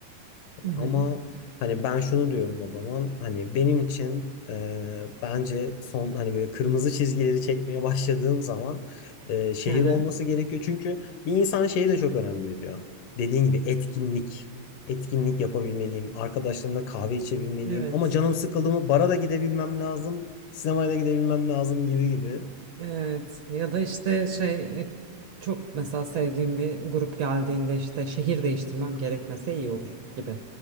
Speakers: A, on the right; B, on the left.
A: Hı hı.
B: Ama hani ben şunu diyorum o zaman hani benim için e, bence son hani böyle kırmızı çizgileri çekmeye <laughs> başladığım zaman e, şehir
A: Hı hı.
B: olması gerekiyor. Çünkü bir insan şeyi de çok önem veriyor. Dediğin gibi etkinlik. Etkinlik yapabilmeliyim. Arkadaşlarımla kahve içebilmeliyim.
A: Evet.
B: Ama canım sıkıldı mı bara da gidebilmem lazım. Sinemaya da gidebilmem lazım gibi gibi.
A: Evet ya da işte şey e, çok mesela sevdiğim bir grup geldiğinde işte şehir değiştirmem gerekmese iyi olur gibi.